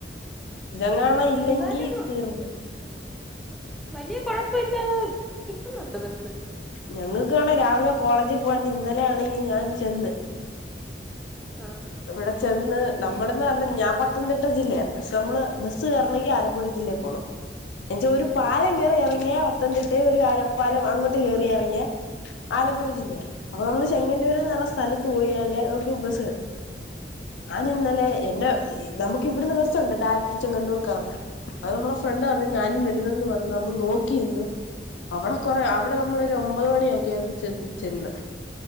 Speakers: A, on the left; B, in the centre.
A: ഇതങ്ങാണം ഇല്ലെങ്കി
B: എന്നാലും
A: ഉം
B: വലിയ കൊഴപ്പം ഇല്ലാതെ കിട്ടുന്നുണ്ട് ബസ്
A: ഞങ്ങൾക്കണേ രാവിലെ കോളേജി പോവാൻ നിന്ന അങ്ങനെ ആണെങ്കി ഞാൻ ചെന്ന്
B: ആ
A: ഇവിടെ ചെന്ന് നമ്മളന്ന് പറഞ്ഞ ഞാൻ പത്തംതിട്ട ജില്ലയാ പക്ഷേ മ്മള് ബസ് കേറണമെങ്കി
B: ആഹ്
A: ആലപ്പുഴ ജില്ലേ അപ്പോള എൻ്റെ ഒരു പാലം
B: ആഹ് ആഹ്
A: കയറി ഇറങ്ങിയ പത്തനംതിട്ട ഒരുല പാലം അങ്ങോട്ട് കേയറി ഇറങ്ങിയ ആലപ്പുഴ ജില്ലയ അപ്പൊ നമ്മള് ചെങ്ങന്നൂരന്ന് എന്ന
B: ആഹ്
A: പറഞ്ഞ സ്ഥലത്ത് പോയി അല്ല ന <inaudible> ഞൻ ഇന്നലെ
B: ആഹ് ആഹ്
A: എൻ്റെ നമുക്ക് ഇവിടുന്ന് ബസുണ്ട് ഡയറക്റ്റ് ചെങ്ങന്നൂർക്ക് എറങ്ങാ അത് നമ്മുടെ ഫ്രണ്ട് പറഞ്ഞ
B: ഉം ഉം
A: ഞാനും വരുന്നെന്ന് പറഞ്ഞ നോക്കി ഇന്ന് അവിടെ കുറ
B: ഉം
A: അവിടെ നമ്മളൊരു ഒൻ ഒൻപത് മണിയക്കി <unintelligible> ചെന്ന് ചെന്ന്